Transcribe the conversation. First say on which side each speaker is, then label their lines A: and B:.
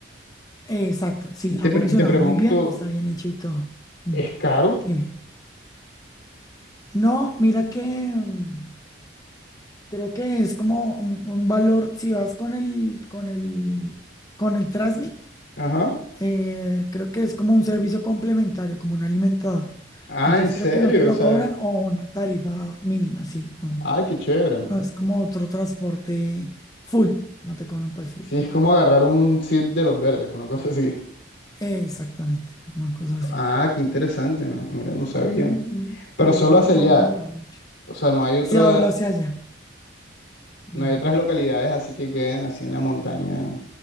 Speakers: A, on the left (about 20°); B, on the left (about 75°).
A: eh, exacto, sí,
B: Y te,
A: ha
B: pre-
A: funcionado
B: y te pregunto,
A: muy bien, está bien hecho y todo. Mm,
B: ¿es caro?
A: Dime. No, mira que... mm, Creo que es como un, un valor, si vas con el, con el, con el Trasmi,
B: Ajá.
A: eh, creo que es como un servicio complementario, como un alimentador.
B: Ah,
A: Entonces
B: ¿en serio?
A: creo que no te lo
B: O sea,
A: cobran o una tarifa mínima, sí, no.
B: ay, qué chévere.
A: No es como otro transporte full, no te cobran pues full.
B: Sí, es como agarrar un zip de los verdes, una cosa así.
A: Exactamente, una cosa así.
B: Ah, qué interesante, ¿no? Mira, no sabía.
A: Ujú,
B: Pero
A: Y eso
B: solo
A: ha, mu-
B: hacia allá.
A: ha mejorado mucho.
B: O sea, no hay otra,
A: Se habló hacia allá,
B: no
A: no.
B: hay otras localidades así que queden así en la montaña